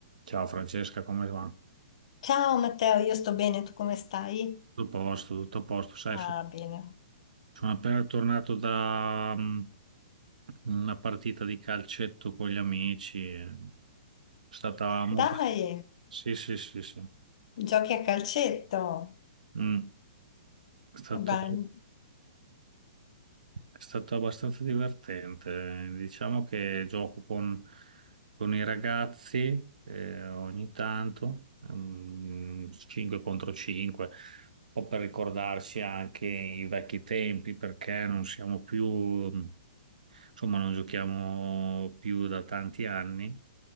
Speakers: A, on the right; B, on the left.
A: Ciao Francesca, come va?
B: Ciao Matteo, io sto bene, tu come stai?
A: Tutto a posto, tutto a posto. Sai,
B: Ah,
A: sono,
B: bene.
A: sono appena tornato da mm, una partita di calcetto con gli amici. È stata molto...
B: Dai,
A: Sì, sì, sì, sì.
B: giochi a calcetto.
A: Mm. È stato...
B: Beh,
A: È stato abbastanza divertente. Diciamo che gioco con, con i ragazzi eh, ogni tanto, ehm, 5 contro 5, un po' per ricordarci anche i vecchi tempi, perché non siamo più, insomma, non giochiamo più da tanti anni.